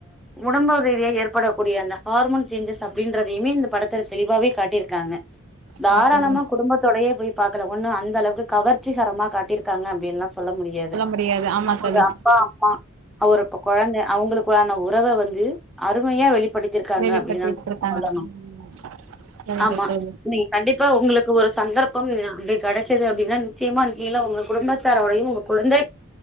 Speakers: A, in the centre; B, on the right.
A: உடம்புறிதியா எர்படகூடிய அந்த ஹார்மோன் சேஞ்சஸ் அப்டின்றதையுமே இந்த படத் தெளிவாவே காட்டியிருக்காங்க தாராளமா
B: ஆமா தோழி
A: குடும்பத்தோடையே போய் பாக்கல ஒன்னு அந்த அளவுக்கு கவர்ச்சிகரமா காட்டியிருக்காங்க அப்டின்னுலா சொ சொல்ல முடியாது
B: முடியாது ஆமா
A: அவுங்க
B: தோழி
A: அப்பா அம் மா அவருக்கு கொழந்த அவங்களுக்குள்ளான உறவ வந்து அருமையா வெளி படித்திருக்காங்க
B: வெளிப்பட்டு
A: அப்படினுதா
B: எடுத்திருக்காங்க
A: சொல்லணு
B: ம் சரிங்க
A: ஆமா
B: தோழி
A: நீ கண்டிப்பா உங்களுக்கு ஒரு சந்தர்ப்பம் அப்டி கிடைச்சது அப்படின்னா நிச்சயமா நீலா உங்க குடும்பத்தரோடையும் உங்க குழந்தை